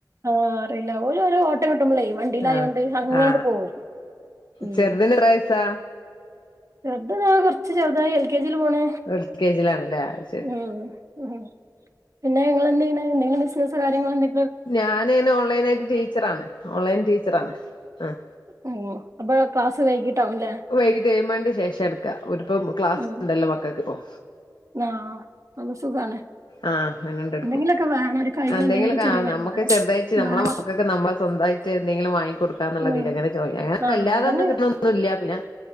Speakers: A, on the right; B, on the left.
A: ആഹ് അറീല്ല ഓലോ ലെ ഓട്ടം കിട്ടുമ്പളേ വണ്ടീലായോണ്ട്
B: ആ
A: അങ്ങനാണ്ട്
B: ആ
A: പോവും. ഉം.
B: ചെറുതിന് എത്ര വയസാ
A: ചെർത് ദാ കൊർച്ച് ചെർതായി എൽ കെ ജി ല് പോണ്.
B: എൽ കെ ജിയിലാണല്ലേ അയ്ശരി
A: ഉം ഉഹും. പിന്നെ നിങ്ങൾ എന്തെയ്യെണ്, എന്തെങ്കിലും ബിസിനസ് കാര്യങ്ങള് എന്തെ
B: ഞാനയ്ന് ഓൺലൈൻ ആയിട്ട് ടീച്ചറാണ് ഓൺലൈൻ ടീച്ചറാണ്. ആഹ്
A: ങ്ങൊ. അപ്പോ ക്ലാസ് വൈകിട്ടാവുംല്ലേ.
B: വൈകിട്ട് ഏഴ് മണിന്റെ ശേഷാ ഇട്ക്കാ ഓര്പ്പം ക്ലാസ്
A: ഉം
B: ണ്ടല്ലോ മക്കക്കിപ്പം.
A: ആഹ് അത് സുഖാണ്.
B: ആഹ് അങ്ങനാണ്ട് ട്ക്കും.
A: എന്തെങ്കിലൊക്കെ വേണം ഒരു കയ്യില്
B: എന്തെങ്കിലും
A: എന്തെങ്കിലൊക്കെ
B: കാ
A: ചെറിയ വരുമാനം
B: നമ്മുക്ക് ചെറുതായിറ്റ് നമ്മളെ
A: വേണം
B: മക്കൾ ക്ക് നമ്മളെ സ്വന്തായിറ്റ് എന്തെങ്കിലും വാങ്ങി കൊടുക്കാന്നുള്ളതിൽ
A: ഉം
B: അങ്ങനെ ജോയിൻ അങ്ങനെ
A: ആഹ്
B: വല്ലാതൊന്ന്
A: അതന്നെ
B: കിട്ടണൊന്നുല്ല പിന്നെ